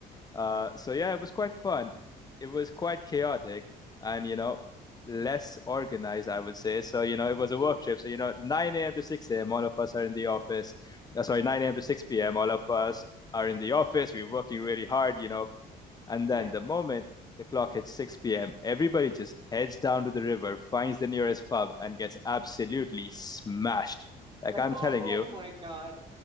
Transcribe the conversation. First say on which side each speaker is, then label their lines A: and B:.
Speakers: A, on the left; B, on the right.
A: Uh, so yeah, it was quite fun. It was quite chaotic and, you know, less organized, I would say. So, you know,
B: hmm
A: it was a work trip. So, you know, 9 a.m. to 6 a.m., all of us are in the office. Uh, sorry, 9 a.m. to 6 p.m., all of us are in the office. We're working really hard, you know. And
B: Yeah.
A: then the moment the clock hits 6 p.m., everybody just heads down to the river, finds the nearest pub, and gets absolutely smashed. Like
B: <laughs>
A: I'm
B: Oh
A: telling you,
B: my God.